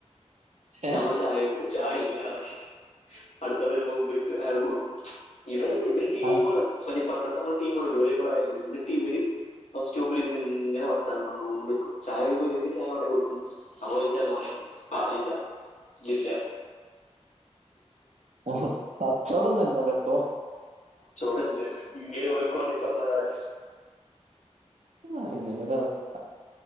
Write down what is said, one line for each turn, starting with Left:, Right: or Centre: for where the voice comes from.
Right: ഏ?
Left: ഞമ്മള് ചായചോയ്ക്കും ചായ ഇല്ലാറിം അടുത്താളു വരുമ്പം മൂപർക്ക് അയാള്ക്ക് കൊടുക്കും ഇവരെന്താ ഇവര് ടീമാണ്
Right: ആ
Left: അല്ലെ പണ്ട് ടീം വരൂലേ ഒരേ പ്രായള്ളോര് എന്നിട്ടിവര് ബസ്സ്റ്റോപ്പിൽ ഇര്ന്ന്ങ്ങനെ വർത്താനം പറയ നോമ്പ്ടുക്കും. ചായ ചോയ്ക്കുമ്പോ ഇവര്ക്ക് ചായ കൊണ്ടെയ് കൊടുക്കും നമ്മള് ചോയിച്ച മോനെ പാലില്ല ഇതില്ല
Right: മ് കച്ചോടൊന്നല്ലലെ അപ്പൊ
Left: ചൂടല്ലേ ഇങ്ങനെ ഓല്ക്കുവാണ്ടി തുറന്ന കടയ
Right: ആ ഇങ്ങനൊരവസ്ഥ